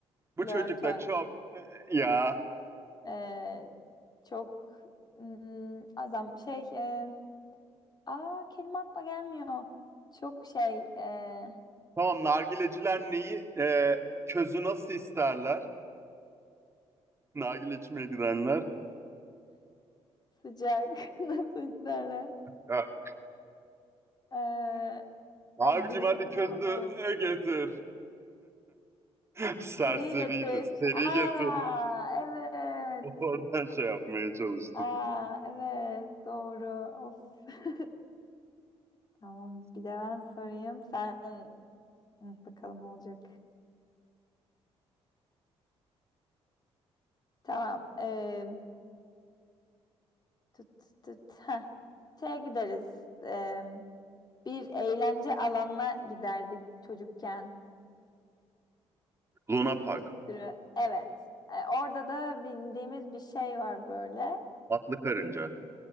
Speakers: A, on the right; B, on the left.
A: Bu
B: Flörtöz.
A: çocuk da çok ya.
B: Ee, çok hmm, azam şey e, aa kelime aklıma gelmiyor. Çok şey e,
A: Tamam nargileciler neyi e, közü nasıl isterler? Nargile içmeye gidenler.
B: Sıcak. <laughs> Nasıl isterler?
A: Ha.
B: Ee,
A: Abicim
B: ay biliyorum.
A: hadi közü e, getir. <laughs> Serseriydi.
B: Seri getir.
A: Seri
B: Akşam
A: getir.
B: Aa evet.
A: <laughs> Oradan şey yapmaya çalıştım.
B: Aa evet doğru. Of. <laughs> Tamam bir de ben sorayım. Sen Hı, bakalım olacak. Tamam. Ee, tut tut tut. Heh. Şeye gideriz. Ee, bir eğlence alanına giderdik çocukken.
A: Luna Park.
B: Bir sürü. Evet. Ee, orada da bindiğimiz bir şey var böyle.
A: Atlı Karınca.